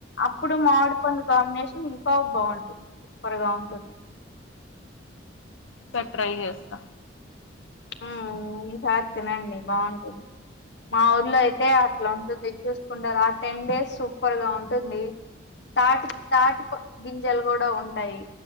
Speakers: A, on the left; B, on the left.
A: అప్పుడు మామిడి పండు కాంబినేషన్ ఇంకా బాగుంటుంది పర్ గా ఉంటుంది
B: క ట్రై చేస్త
A: మ్మ్ ఈసారి తినండి బాగుంటుంది మా ఊర్లో అయితే అట్ల ఉంటుంది చూసుకుంటారు ఆ టెన్ డేస్ సూపర్ గా ఉంటుంది తాట్ తాటితో గింజలు కూడ ఉంటాయి